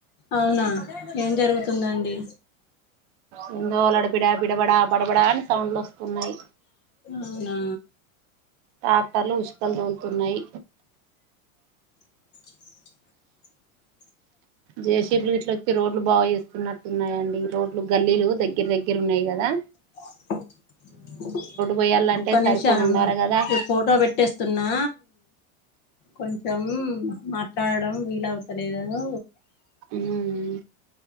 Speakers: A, on the left; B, on the right.
A: అవునా ఏం జరుగుతుందండి
B: ఉఏందో లడత్ బిడ బిడబడా బడబడా అని సౌండ్లు వస్తున్నాయ్
A: అవునా
B: టాక్టర్లు ఉషకలు తోలుతున్నాయి
A: <inaudible>
B: జేసీబిలు ఇట్ల వచ్చి రోడ్లు బాగా చేస్తున్నట్టున్నాయండి రోడ్లు గల్లీలు దగ్గర దగ్గర దగ్గర ఉన్నాయి గదా
A: <inaudible>
B: పోయాలంటే
A: ఒక్క నిమిష
B: సరిపోని
A: అన్న
B: ఉండాలి కదా
A: ఫోటో పెట్టేస్తున్నా కొంచెం మాట్లాడడం వీలౌవతలేదు
B: మ్